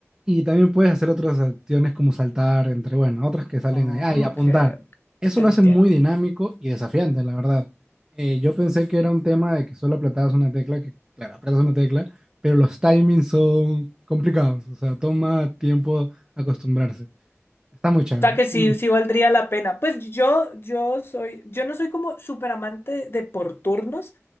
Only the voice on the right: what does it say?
Y también puedes hacer otras acciones como saltar, entre, bueno, otras que salen
allá y apuntar.
Eso
lo hace muy dinámico y desafiante, la verdad. Eh, yo pensé que era un tema de que solo apretabas una tecla, que claro, apretas una tecla, pero los timings son complicados, o sea, toma tiempo acostumbrarse. Está muy chévere.
Mm,